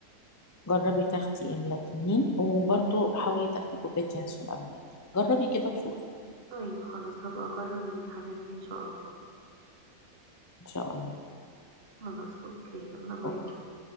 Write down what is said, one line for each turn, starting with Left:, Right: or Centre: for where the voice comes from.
Left: جربي تاخدي إملاتونين وبرضه حاولي تاخدي كوباية ينسون قبل ما تنامي جربي كده وشوفي
Right: طيب خلاص هبقى اجرب الحاجات دي ان شاء الله
Left: إن شاء الله يعني.
Right: خلاص اوكي يلا باي
Left: أوكي